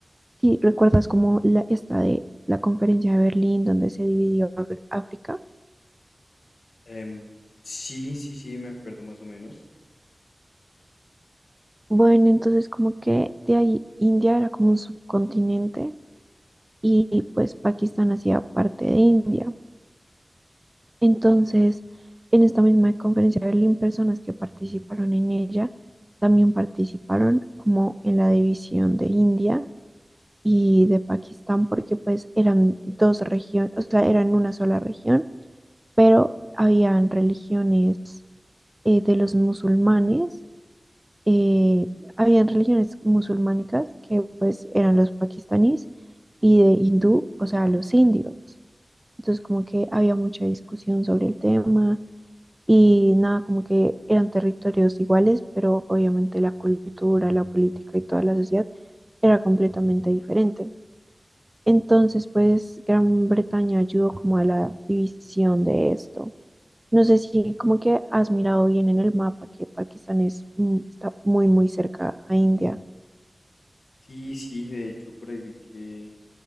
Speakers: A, on the right (about 20°); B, on the left (about 80°).
A: si recuerdas como la, esta de la conferencia de Berlín donde se dividió Agr- África,
B: Em, sí, sí, sí, me acuerdo más o menos.
A: bueno, entonces como que de ahí India era como un subcontinente y pues Pakistán hacía parte de India. Entonces, en esta misma conferencia de Berlín, personas que participaron en ella también participaron como en la división de India y de Pakistán, porque pues eran dos regiones, o sea, eran una sola región, pero habían religiones eh, de los musulmanes, eh, habían religiones musulmánicas que pues eran los pakistaníes y de hindú, o sea, los indios. Entonces, como que había mucha discusión sobre el tema y nada, como que eran territorios iguales, pero obviamente la cultura, la política y toda la sociedad era completamente diferente. Entonces, pues Gran Bretaña ayudó como a la división de esto. No sé si
B: Mm.
A: como que has mirado bien en el mapa que Pakistán es, mm, está muy, muy cerca a India.
B: Sí, sí, de hecho por ahí vi que,